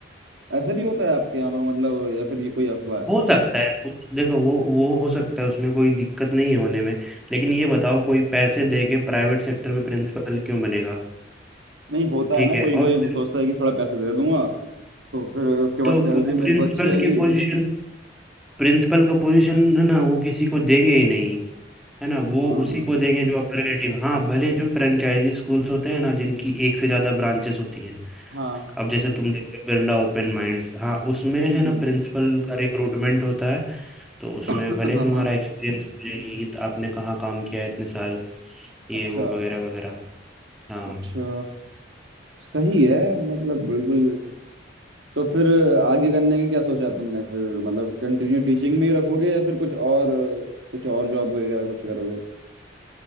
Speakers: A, on the right (about 80°); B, in the centre.
A: ऐसा भी होता है आपके यहाँ पे मतलब या फिर ये कोई अफवाह है
B: हो सकता है उस- देखो वो वो हो सकता है उसमें कोई दिक्कत नहीं है होने में लेकिन ये बताओ कोई पैसे दे के प्राइवेट सेक्टर में प्रिंसिपल क्यों बनेगा
A: नहीं होता
B: ठीक
A: है ना
B: है
A: कोई
B: और
A: कोई
B: प्रिं-
A: सोचता है कि थोड़ा पैसे दे दूंगा तो फिर उसके बाद
B: तो
A: सैलरी
B: वो
A: मेरे
B: प्रिंसिपल
A: को अच्छी आएगी
B: की पोजीशन प्रिंसिपल का पोजीशन है ना वो किसी को देंगे ही नहीं है ना वो
A: हाँ
B: उसी को देंगे जो अपने रिलेटिव हाँ भले जो फ्रेंचाइजी स्कूल्स होते हैं ना जिनकी एक से ज्यादा ब्रांचेस होती हैं
A: हाँ
B: अब जैसे तुम देखते हो बिरला ओपन माइंड्स हाँ उसमें
A: हम्म
B: है ना प्रिंसिपल का रिक्रूटमेंट होता है तो उसमें
A: <laughs>
B: भले
A: हाँ हाँ
B: तुम्हारा एक्सपीरियंस पूछेगी कि आपने कहाँ काम किया है इतने साल ये
A: अच्छा
B: वो वगैरह वगैरह हाँ
A: अच्छा सही है मतलब बिल्कुल तो फिर आगे करने की क्या सोचा है तुमने फिर मतलब कंटिन्यू टीचिंग में ही रखोगे या फिर कुछ और कुछ और जॉब वगैरह कुछ करोगे